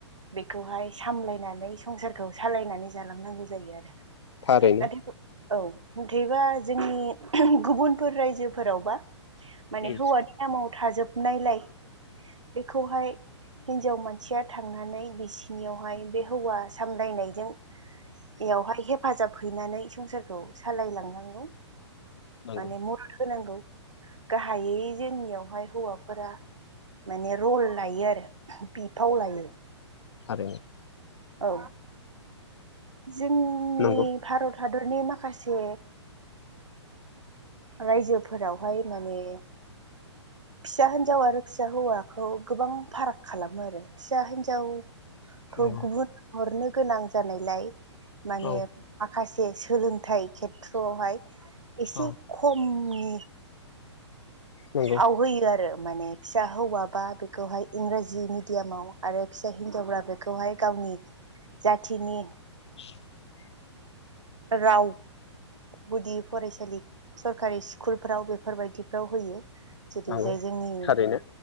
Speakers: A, on the right; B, on the left.
A: बेखौहाय सामलायनानै संसारखौ सालायनानै जालांनांगौ जायो आरो‌।
B: थारैनो
A: नाथाय औ मथेबा जोंनि गुबुनफोर रायजोफोरावबा माने
B: उम
A: हौवानि नामाव थाजोबनायलाय बेखौहाय हिनजाव मानसिया थांनानै बिसिनियावहाय बे हौवा सामलायनायजों बेयावहाय हेफाजाब हैनानै संसारखौ सालाय लांनांगौ।
B: नंगौ
A: माने मदद होनांगौ। गाहाइयै जोंनियावहाय हौवाफोरा माने रल लायो आरो। बिफाव लायो।
B: आरो
A: औ जोंनि
B: नंगौ
A: भारत हादरनि माखासे रायजोफोरावहाय माने फिसा हिनजाव आरो फिसा हौवाखौ गोबां फाराग खालामो आरो। फिसा हिन्जाव खौ
B: नंगौ
A: गुबुन हरनो गोनां जानायलाय माने
B: औ
A: माखासे सोलोंथाइ खेथ्रआवहाय एसे
B: औ
A: खमनि
B: नंगौ
A: आव होयो आरो माने। फिसा हौवाबा बेखौहाय इंराजि मिडियामाव आरो फिसा हिनजावफ्रा बेखौहाय गावनि जाथिनि
B: <inaudible>
A: राव गुदि फरायसालि सरकारि स्कुलफ्राव बेफोरबायदिफ्राव होयो। जेरैजाय
B: नंगौ
A: जोंनि
B: थारैनो